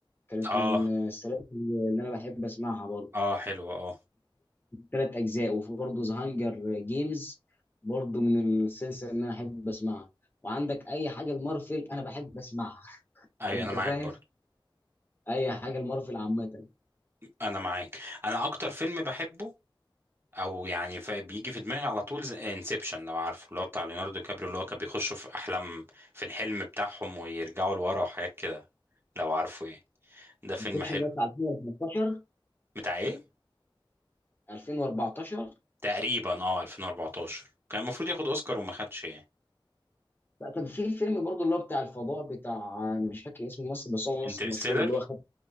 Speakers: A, on the left; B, on the right.
A: كانت
B: اه
A: من آه، السلاسل اللي انا بحب اسمعها برضه
B: اه حلو اه
A: ثلاث اجزاء وفي برضه ذا هانجر جيمز برضه من السلسله اللي انا احب اسمعها وعندك اي حاجه المارفل انا بحب اسمعها <laughs>
B: ايوه
A: انت
B: انا معاك
A: فاهم
B: برضه
A: اي حاجه المارفل عامه
B: انا معاك انا اكتر فيلم بحبه او يعني ف- بيجي في دماغي على طول انسبشن لو عارفه اللي هو بتاع ليوناردو كابريو اللي هو كان بيخشوا في احلام في الحلم بتاعهم ويرجعوا لورا وحاجات كده لو عارفه يعني ده فيلم
A: انسبشن
B: حلو
A: ده بتاع 2014
B: بتاع ايه
A: 2014
B: تقريبا اه 2014 كان المفروض ياخد اوسكار وما خدش يعني
A: لا كان في فيلم برضه اللي هو بتاع الفضاء بتاع مش فاكر اسم الممثل بس هو ممثل
B: انترستيلر
A: مشهور اللي هو خد